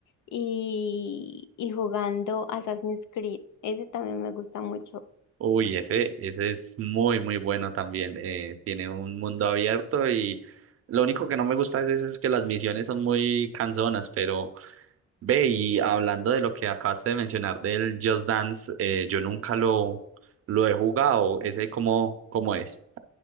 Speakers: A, on the left; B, on the right.
A: y, y jugando Assassin's Creed. Ese también me gusta mucho.
B: Uy, ese, ese es muy, muy bueno también. eh, tiene un mundo abierto y lo único que no me gusta a veces es que las misiones son muy cansonas, pero Ve, y hablando de lo que acabaste de mencionar del Just Dance, eh, yo nunca lo, lo he jugado, ese cómo, cómo es.